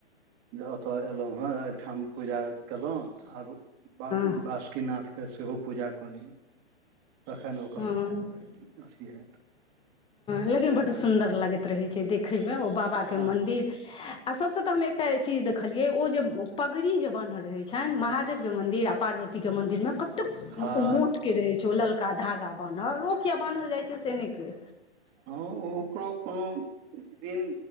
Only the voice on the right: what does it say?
जे एतऽ एलहुँ हें एहिठाम पुजा कयलहुँ तऽ आब बा
बासुकीनाथके सेहो पूजा कऽ लिअ तखन ओकर
अथी हैत
आह
हँ
हँ ओकरो कोनो दिन